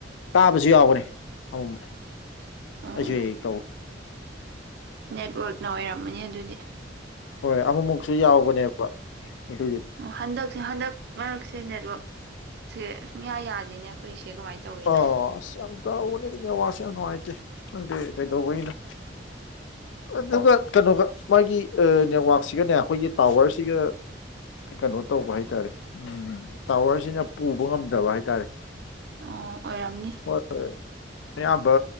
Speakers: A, on the left; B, on the right.
A: ꯇꯥꯕꯁꯨ ꯌꯥꯎꯕꯅꯦ ꯑꯃꯨꯃꯨꯛ
B: ꯑꯣ
A: ꯑꯩꯁꯨ ꯍꯦꯛꯍꯦꯛ ꯇꯧꯋꯦ
B: ꯅꯦꯠꯋꯔꯛꯅ ꯑꯣꯢꯔꯝꯃꯅꯤ ꯑꯗꯨꯗꯤ
A: ꯍꯣꯏ ꯑꯃꯨꯃꯨꯛꯁꯨ ꯌꯥꯎꯕꯅꯦꯕ ꯑꯗꯨꯒꯤꯗꯤ
B: ꯑ ꯍꯟꯗꯛꯁꯦ ꯍꯟꯗꯛ ꯃꯔꯛꯁꯦ ꯅꯦꯠꯋꯔꯛ ꯁꯦ ꯁꯨꯡꯌꯥ ꯌꯥꯗꯦꯅꯦ ꯑꯩꯈꯣꯏꯁꯦ ꯀꯃꯥꯏꯅ ꯇꯧꯋꯤꯅꯣ
A: ꯑꯣ ꯑꯁ ꯌꯥꯝ ꯇꯥꯎꯕꯅꯦ ꯅꯦꯋꯥꯛꯁꯦ ꯌꯥꯝ ꯅꯨꯡꯉꯥꯢꯇꯦ ꯈꯪꯗꯦ ꯀꯩꯗꯧꯕꯩꯅꯣ ꯑꯗꯨꯒ ꯀꯩꯅꯣꯒ ꯃꯥꯒꯤ ꯅꯦꯠꯋꯔꯥꯛꯁꯤꯒꯅꯦ ꯑꯩꯈꯣꯏꯒꯤ ꯇꯥꯋꯔꯁꯤꯒ ꯀꯩꯅꯣ ꯇꯧꯕ ꯍꯥꯏꯇꯥꯔꯦ ꯎꯝ ꯇꯥꯋꯔꯁꯤꯅ ꯄꯨꯕ ꯉꯝꯗꯕ ꯍꯥꯏꯇꯥꯔꯦ
B: ꯑꯣ ꯑꯣꯏꯔꯝꯅꯤ
A: ꯍꯣꯏ ꯍꯣꯏ ꯑꯌꯥꯝꯕ